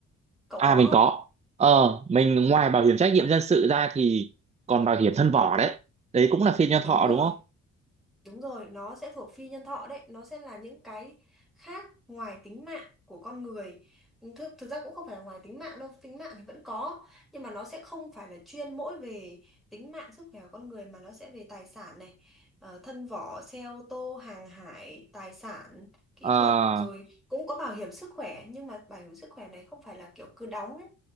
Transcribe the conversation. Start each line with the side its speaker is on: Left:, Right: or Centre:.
Centre: cậu
Right: à
Centre: có
Right: mình
Centre: không
Right: có ờ mình
Centre: đúng
Right: ngoài
Centre: rồi
Right: bảo hiểm trách nhiệm dân sự ra thì còn bảo hiểm thân vỏ đấy đấy cũng là phiên nhân
Centre: đúng
Right: thọ
Centre: rồi
Right: đúng không
Centre: Đúng rồi, nó sẽ thuộc phi nhân thọ đấy, nó sẽ là những cái khác ngoài tính mạng của con người. Ừ, Thực, thực ra cũng không phải là ngoài tính mạng đâu, tính mạng thì vẫn có, nhưng mà nó sẽ không phải là chuyên mỗi về tính mạng sức khỏe của con người mà nó sẽ về tài sản này, ờ, thân vỏ, xe ô tô, hàng hải, tài sản, kỹ
Right: ờ
Centre: thuật rồi cũng có bảo hiểm sức khỏe nhưng mà bảo hiểm sức khỏe này không phải là kiểu cứ đóng ấy,